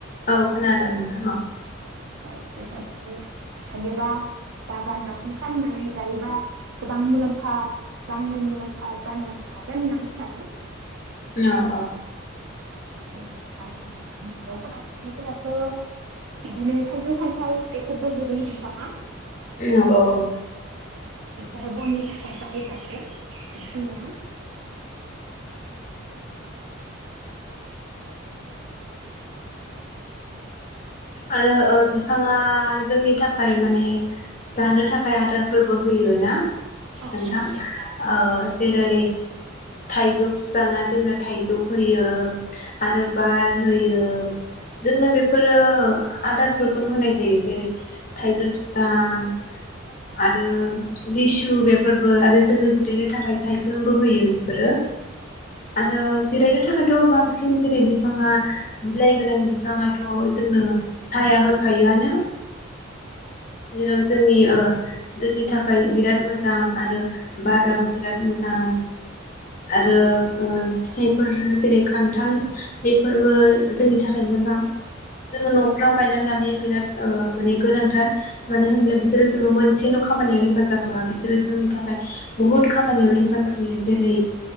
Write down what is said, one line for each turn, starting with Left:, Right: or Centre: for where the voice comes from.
Left: औ खोनादों
Right: स'
Left: नोंथां औ
Right: <unintelligible> हायोबा बागान रखम खालामनानै जायोबा गोबां मुलाम्फा रांनि मुलाम्फा जानो हागोन होननानै सानो।
Left: औ औ
Right: न'फोराव थानायफोराथ' बिदिनो थाइजौ खान्थाल बेफोरबो गोलैयो बिफाङा
Left: औ औ औ
Right: बेफोरो बननि थाखाय बाहायजाग्रो बेखिनिया
Left: आरो ओ बिफाङा जोंनि थाखाय माने जानो थाखाय आदारफोरबो होयो ना।
Right: औ
Left: नोंथां
Right: जेनेबा
Left: ओ
Right: ओमफ्राय
Left: जेरै
Right: जों बेबायदि
Left: थाइजौ बिफाङा जोंनो थाइजौ होयो आरो बार होयो जोंनो बे बेफोरो आदारफोरखौनो होनाय जायो, जेरै थाइजौ बिफां आरो लिसु बेफोरबो आरो जोंनो जिरायनो थाखाय सायख्लुमबो होयो बेफोरो। आरो जिरायनो थाखायथ बांसिन जेरै बिफाङा बिलाइ गोनां बिफाङा थ जोंनो साया होखायोआनो, जेराव जोंन ओ जोंनि थाखाय बिराद मोजां आरो बाराबो बिराद मोजां आरो ओ फिथाइफोर जेरै खान्थाल बेफोरबो जोंनि थाखाय मोजां। जोङो नफ्राव गायनानै लानाया बिराद ओ माने गोनांथार। मानो होनब्ला बिसोरो जोङो मोनसेल' खामानियाव हेफाजाब होआ बिसोरो जोंनि थाखाय बुहुद खामानियाव हेफाजाब होयो, जेरै